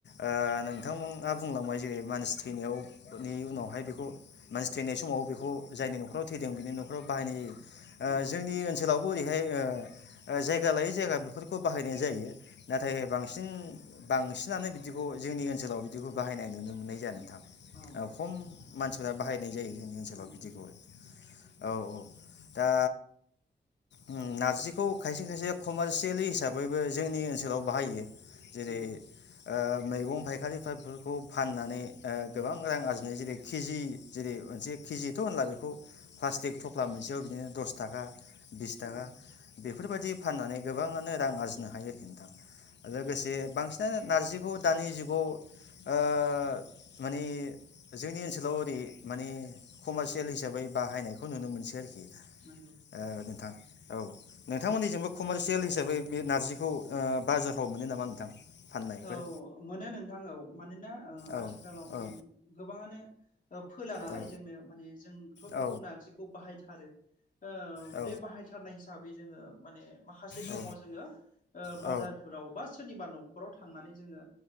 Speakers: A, on the left; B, on the left.
A: ओ नोंथांमोना बुंलांबाय जेरै मानसि थैनायावनि उनावहाय बेखौ मानसि थैनाय समाव बेखौ जायनि न'खराव थैदों बेनि न'खराव बाहायनाय जायो। ओ
B: औ
A: जोंनि
B: नंगौ
A: ओनसोलावबो ओरैहाय ओ ओ जायगा लायै जायगा बेफोरखौ बाहायनाय जायो नाथाय बांसिन बांसिनानो बिदिखौ जोंनि ओनसोलाव बिदिखौ बाहायनाय नुनो मोननाय जाया नोंथां।
B: औ
A: ओ खम मानसिफोरा बाहायनाय जायो। जोंनि ओनसोलाव
B: नंगौ
A: बिदिखौ
B: नंगौ
A: औ औ। दा ओम नारजिखौ खायसे खायसे कमारसियेलि हिसाबैबो जोंनि ओनसोलाव बाहायो। जेरै
B: नंगौ
A: ओ मैगं फायखारिफोरा बेफोरखौ फाननानै ओ गोबां रां आरजिनाय जेरै केजि जेरै मोनसे केजिथ' होनला बेखौ प्लास्टिक थफ्ला मोनसेयाव बिदिनो दस थाखा बिस थाखा
B: औ
A: बेफोरबायदि
B: औ
A: फाननानै गोबाङानो रां आरजिनो हायो आरोखि नोंथां लोगोसे बांसिनानो नारजिखौ दानि जुगाव ओ मानि जोंनि ओनसोलाव ओरै माने कमारसियेल हिसाबै बाहायनायखौ नुनो मोनसै आरोखि।
B: नंगौ
A: ओ नोंथां औ नोंथांमोनिजोंबो कमारसियेल हिसाबै बे नारजिखौ ओ बाजाराव मोनो नामा नोंथां? फाननायफोर
B: औ मोनो नोंथां औ मानोना ओ
A: औ
B: आथिखालाव माने
A: औ
B: गोबाङानो फोला नालाय
A: औ
B: जोंनो माने जों थ'
A: औ
B: बेखौ नारजिखौ बाहायथारो। ओ
A: औ
B: बे बाहायथारनाय हिसाबै जोङो माने माखासे समाव
A: औ
B: जोङो ओ
A: औ
B: बाजारफोराव बा सोरनिबा न' थांनानै जोङो